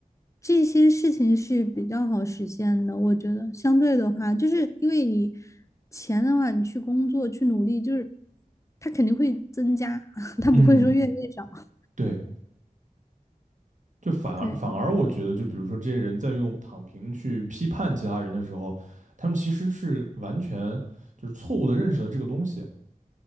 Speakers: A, on the left; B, on the right.
A: 这些事情是比较好实现的，我觉得相对的话，就是因为你钱的话，你去工作去努力，就是它肯定会增加，<laughs> 它不会说越来越少。
B: 嗯。对，就反而反而我觉得，
A: 对
B: 就比如说这些人在用躺平去批判其他人的时候，他们其实是完全就是错误的认识了这个东西，